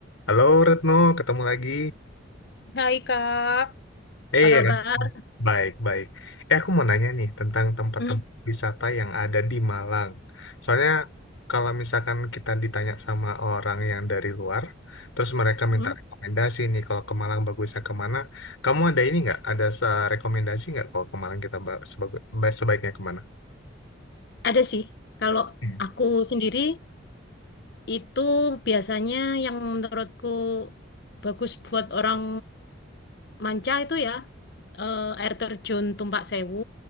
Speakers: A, on the left; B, on the left.
A: Halo Retno, ketemu lagi.
B: Hai Kak,
A: Eh,
B: Apa kabar?
A: Retno. baik, baik. Eh, aku mau nanya nih tentang tempat-tempat
B: Hmm,
A: wisata yang ada di Malang. Soalnya kalau misalkan kita ditanya sama orang yang dari luar, terus mereka
B: hmm.
A: minta rekomendasi nih kalau ke Malang bagusnya kemana, kamu ada ini nggak? Ada se- rekomendasi nggak kalau ke Malang kita ba- sebagu- ba- sebaiknya kemana?
B: Ada sih. Kalau
A: Hmm.
B: aku sendiri itu biasanya yang menurutku bagus buat orang manca itu ya eh, air terjun Tumpak Sewu